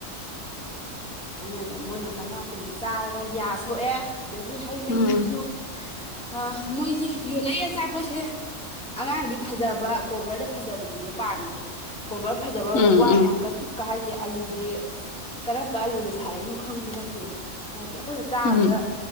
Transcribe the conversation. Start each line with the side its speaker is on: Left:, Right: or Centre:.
Centre: ꯑꯗꯨꯅꯅꯦ ꯃꯣꯏꯅ ꯃꯌꯥ ꯇꯤꯟ ꯆꯥꯔꯒ ꯌꯥ ꯁꯣꯛꯑꯦ꯫ ꯑꯗꯒꯤ ꯍꯩ ꯃꯍꯤꯁꯤꯁꯨ
Left: ꯎꯝ
Centre: ꯑ ꯃꯣꯏꯁꯦ ꯌꯣꯜꯂꯛꯏ ꯑꯆꯥꯄꯣꯠꯁꯦ꯫ ꯑꯉꯥꯡꯗꯤ ꯐꯖꯕ ꯀꯣꯕꯔꯗ ꯐꯖꯕꯁꯤꯅꯦ ꯄꯥꯝꯃꯤꯁꯦ꯫ ꯀꯣꯕꯔ ꯐꯖꯕ
Left: ꯎꯝ
Centre: ꯋꯥꯅꯦ
Left: ꯎꯝ ꯎꯝ
Centre: ꯑꯪꯀꯜ ꯁꯤꯛꯀ ꯍꯥꯏꯁꯦ ꯑꯂꯨꯁꯦ꯫ ꯀꯔꯝꯕ ꯑꯂꯨꯅ ꯁꯥꯔꯛꯏꯅꯣ ꯈꯪꯕ ꯅꯠꯇꯦꯕ ꯍꯥꯏꯕꯗꯤ ꯑꯩꯈꯣꯏꯅ ꯆꯥꯕꯗ꯫
Left: ꯎꯝ